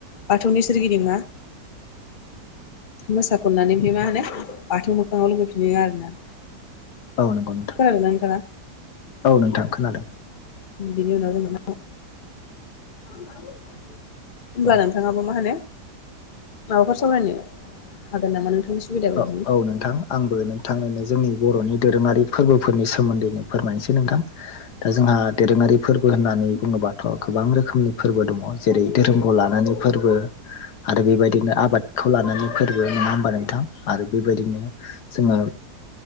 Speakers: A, on the left; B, on the left.
A: बाथौनि सोरगिदिं मा मोसा खननानै ओमफ्राय मा होनो बाथौ मोखाङाव लुहैफिनो आरोना
B: नंगौ नोंथां
A: खोनादोना नोंथां आ
B: औ नोंथां खोनादों
A: बिनि उनाव जों‌
B: <inaudible>
A: होनब्ला
B: औ
A: नोंथाङाबो मा होनो माबाफोर सावरायनो हागोन नामा नोंथांनि सुबिदा बायदि
B: अ औ नोंथां आंबो नोंथांनोनो जोंनि बर'नि दोरोङारि फोरबोफोरनि सोमोन्दैनो फोरमायनोसै नोंथां दा जोंहा दोरोङारि फोरबो होननानै बुङोबाथ' गोबां रोखोमनि फोरबो दङ जेरै धोरोमखौ लानानै फोरबो आरो बेबायदिनो आबादखौ लानानै फोरबो नङा होमबा नोंथां आरो बेबायदिनो सिङार